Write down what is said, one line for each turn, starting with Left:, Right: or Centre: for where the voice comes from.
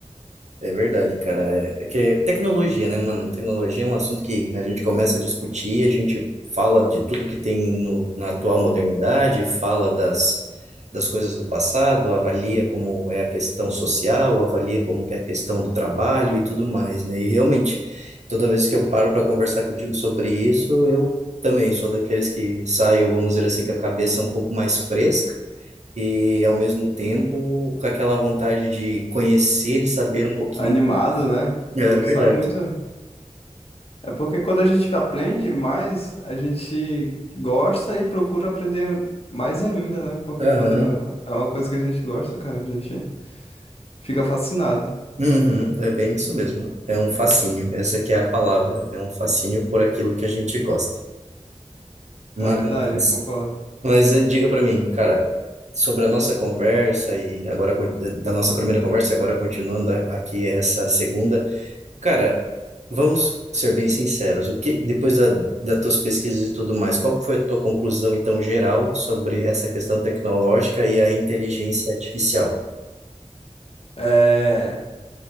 Right: É verdade, cara. É é que tecnologia, né, mano? Tecnologia é um assunto que a gente começa a discutir, a gente fala de tudo que tem no, na atual modernidade, fala das, das coisas do passado, avalia como é a questão social, avalia como que é a questão do trabalho e tudo mais, né? E realmente, toda vez que eu paro para conversar contigo sobre isso, eu também sou daqueles que saio, vamos dizer assim, com a cabeça um pouco mais fresca e ao mesmo tempo com aquela vontade de conhecer e saber um pouquinho
Left: Animado, né?
Right: é
Left: Eu
Right: verdade.
Left: saio muito. É porque quando a gente aprende mais, a gente gosta e procura aprender mais ainda, né? Porque
Right: Aham.
Left: quando é uma coisa que a gente gosta, cara, a gente fica fascinado.
Right: Uhum. É bem isso mesmo. É um fascínio. Essa que é a palavra. É um fascínio por aquilo que a gente gosta. Mas,
Left: É verdade, eu concordo.
Right: mas eh, diga para mim, cara, sobre a nossa conversa e agora con- eh, da nossa primeira conversa, e agora continuando a- aqui essa segunda, cara, vamos ser bem sinceros. O que depois da, das tuas pesquisas e tudo mais, qual foi a tua conclusão então geral sobre essa questão tecnológica e a inteligência artificial?
Left: É,